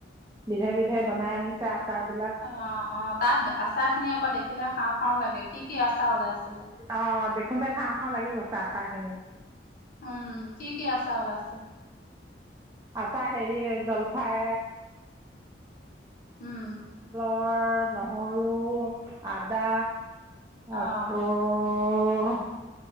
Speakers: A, on the right; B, on the left.
A: বিধে বিধে বনাই আনিছে। আচাৰ বিলাক
B: অ', অ, তাত আচাৰ খিনি আকৌ দেখিলে খাওঁ খাওঁ লাগে। কি কি আচাৰ ওলাইছে?
A: অ', দেখোতে খাওঁ। খাওঁ। লাগি গৈছে আচাৰ খিনি
B: উম', কি কি আচাৰ ওলাইছে?
A: আছা হেৰি জলফাই
B: উম,
A: ৰ নহৰু আদা
B: অ',
A: আকৌ আকৌ